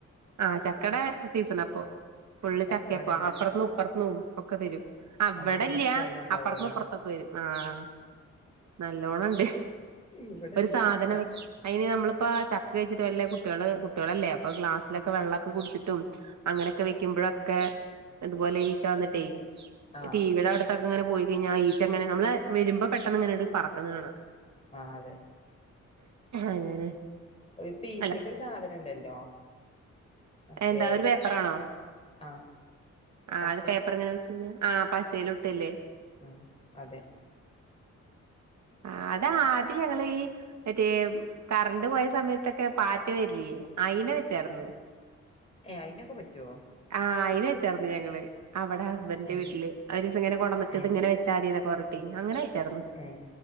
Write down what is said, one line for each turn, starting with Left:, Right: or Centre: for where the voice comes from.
Right: ആഹ ചക്കട സീസൺ അപ്പൊ ഫള്ി
Left: ചക്ക
Right: ചക്കെ
Left: ഇവിടെല്ല
Right: പോ അപ്പറത്തും ഇപ്പറത്ത ഒക്കെ തരും അവിടല്ലയാ
Left: അതുകൊണ്ട് ഈച്ച നല്ലോം ഉണ്ടാവുമല്ലോ
Right: അപ്പറത്തും ഇപ്പുറത്തൊക്കെ തരും ആഹ നല്ലോണംുണ്ട്
Left: ഇവിടെല്ല
Right: ഒരു സാധനം
Left: ചക്ക
Right: വെ അതിന് നമ്മളിപ്പോ ചക്ക കഴിച്ചിട്ട് വല്ല കുട്ടികള് കുട്ടികളല്ലേ അപ്പ ഗലാസ്ിലക്കെ വെള്ള കുടിച്ചിട്ടും അങ്ങനെയൊക്കെ വെക്കുമ്പോഴൊക്കെ ഇതുപോലെ ഈച്ച വന്നിട്ടേ
Left: ആഹ്
Right: ടിവടെ അടുത്തൊക്കെ അങ്ങനെ പോയി കഴിഞ്ഞാ ആ ഈച്ച അങ്ങനെ നമ്മള് വരുമ്പോ പെ എങ്ങനെയ പറക്കന്ന് കാണാം
Left: നാല്
Right: അങ്ങനെ
Left: ഒരു പഈച്ചക്കൊ
Right: അല്ല
Left: ഒരു സാധനം ഉണ്ടല്ലോ മറ്റേ
Right: എന്താ ഒരു പേപ്പറാണോ
Left: ആഹ്
Right: ആ
Left: പശ
Right: അത് പേപ്പർ എങ്ങനെ വെച്ച കഴ ആ പശേൽ ഇട്ടല്ലേ
Left: ഉം അതെ
Right: ആഹ അത ആദ്യം ഞങ്ങ ഈ മറ്റേ കറണ്ട് പോയ സമയത്തൊക്കെ പാറ്റ് വരിലേ അന് എന്നെ വെച്ചായിരുന്നു
Left: ഏ അയിതിനൊക്കെ പറ്റുവോ
Right: ആഹ അയിന് വെച്ചർരുന്നു ഞങ്ങള് അവിടെ ഹസ്ബൻഡന്റെ
Left: ഏ
Right: വീട്ടില് അവര് ഇങ്ങെ കൊടന്നിട്ട്
Left: ഏ
Right: ഇത്ങ്ങെ വെച്ചാ മതിന്നെ അങ്ങനെ വച്ചർരുന്നു
Left: ഏ